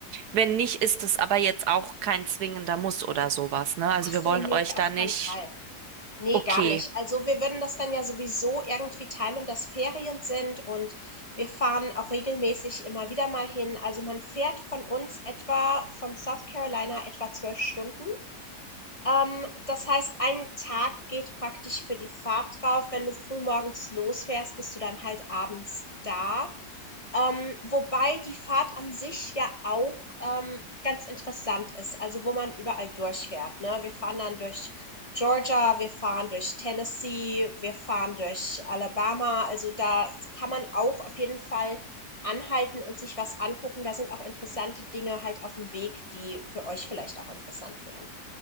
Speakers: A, on the right; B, on the left.
A: Wenn nicht, ist es aber jetzt auch kein zwingender Muss oder sowas, ne? Also
B: Ach
A: wir
B: so,
A: wollen
B: nee,
A: euch
B: auf
A: da nicht,
B: keinen Fall. Nee,
A: okay.
B: gar nicht. Also wir würden das dann ja sowieso irgendwie timen, dass Ferien sind und wir fahren auch regelmäßig immer wieder mal hin. Also man fährt von uns etwa von South Carolina etwa zwölf Stunden. Ähm, das heißt, ein Tag geht praktisch für die Fahrt drauf. Wenn du früh morgens losfährst, bist du dann halt abends da. Ähm, wobei die Fahrt an sich ja auch ähm, ganz interessant ist, also wo man überall durchfährt, ne? Wir fahren dann durch Georgia, wir fahren durch Tennessee, wir fahren durch Alabama, also da kann man auch auf jeden Fall anhalten und sich was angucken. Da sind auch interessante Dinge halt auf dem Weg, die für euch vielleicht auch interessant wären.